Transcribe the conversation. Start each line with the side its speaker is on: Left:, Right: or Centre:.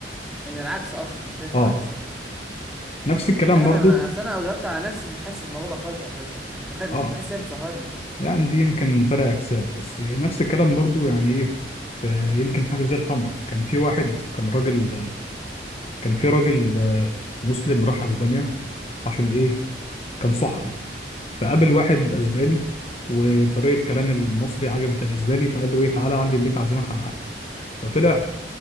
Centre: يعني العكس اصلا انت شايف
Left: أه
Centre: العكس
Left: نفس
Centre: امم
Left: الكلام
Centre: لا
Left: برضه
Centre: انا أنا- اصل انا جربت على نفسي مش حاسس بالموضوع ده خالص على فكره مش بخ... مش
Left: أه
Centre: بحس ان هي بتسهرني خالص
Left: يعني دي يمكن فرق أجسام بس نفس الكلام برضه
Centre: امم
Left: يعني إيه آه، يمكن حاجة زي الخمرة كان في واحد كان راجل كان في راجل آه، مسلم راح اسبانيا عشان ايه كان صحفي فقابل واحد اسباني
Centre: امم
Left: وطريقه كلام المصري عجبت الاسباني فقال له ايه تعالى عندي البيت عازمك على حاجه فطلع